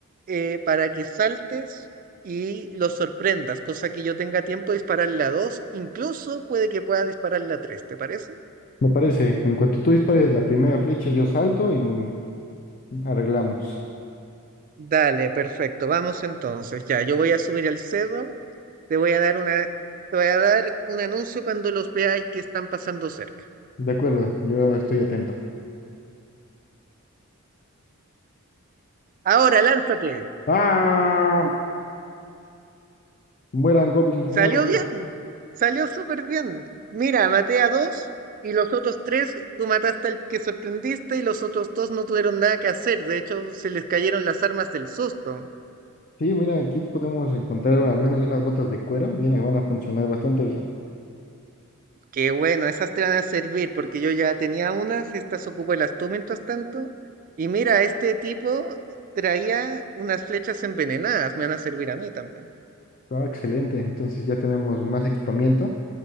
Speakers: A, on the right (about 40°); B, on the left (about 40°).
A: eh, para que saltes y los sorprendas, cosa que yo tenga tiempo de disparar la 2. incluso puede que pueda disparar la 3. ¿te parece?
B: Me parece, en cuanto tú dispares la primera flecha, yo salto y mm, arreglamos.
A: Dale, perfecto, vamos entonces. Ya, yo voy a subir al cerro, te voy a dar una, te voy a dar un anuncio cuando los veáis que están pasando cerca.
B: De acuerdo, yo estoy atento.
A: Ahora, lánzate.
B: ¡Ah! Mueran goblins,
A: Salió
B: mueran.
A: bien, salió súper bien. Mira, maté a dos y los otros tres, tú mataste al que sorprendiste y los otros dos no tuvieron nada que hacer. De hecho, se les cayeron las armas del susto.
B: Sí, mira, aquí podemos encontrar al menos unas botas de cuero. Viene, van a funcionar bastante bien.
A: Que bueno, esas te van a servir porque yo ya tenía unas, estas ocupé las tú mientras tanto. Y mira, este tipo traía unas flechas envenenadas, me van a servir a mí también.
B: Ah, excelente, entonces ya tenemos más equipamiento.